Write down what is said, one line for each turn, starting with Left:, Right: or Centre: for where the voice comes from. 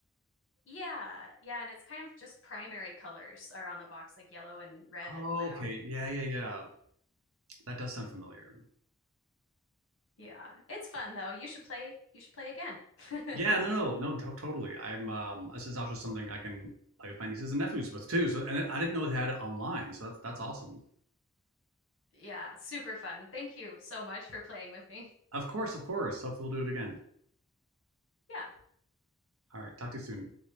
Left: Yeah. Yeah, and it's kind of just primary colors are on the box like yellow and red
Right: Oh,
Left: and blue.
Right: okay. Yeah, yeah, yeah. That does sound familiar.
Left: Yeah. It's fun though. You should play you should play again. <laughs>
Right: Yeah, no, no, no, to- totally. I'm um this is also something I can play with my nieces and nephews with too. So and I didn't know they had it online, so that's that's awesome.
Left: Yeah, super fun. Thank you so much for playing with me.
Right: Of course, of course. Hopefully we'll do it again.
Left: Yeah.
Right: All right, talk to you soon.